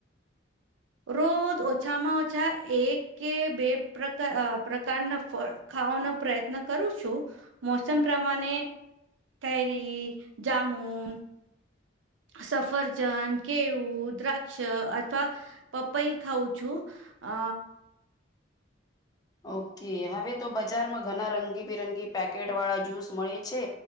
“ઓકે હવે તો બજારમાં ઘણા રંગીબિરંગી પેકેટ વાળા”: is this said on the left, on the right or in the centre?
Left